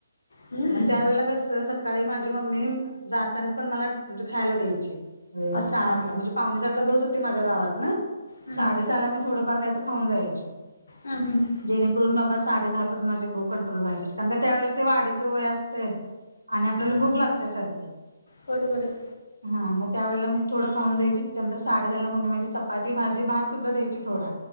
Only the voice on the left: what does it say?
हं.
अच्छा.
हं,
हं.
हम हम.
हं.
बरोबर आहे.